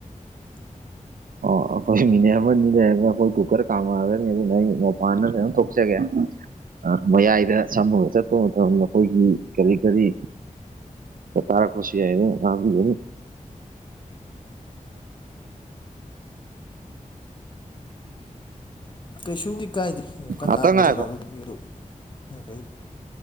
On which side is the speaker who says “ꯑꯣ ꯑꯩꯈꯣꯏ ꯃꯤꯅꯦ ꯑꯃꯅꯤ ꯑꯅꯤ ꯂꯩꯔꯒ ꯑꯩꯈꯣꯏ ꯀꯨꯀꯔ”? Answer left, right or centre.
Right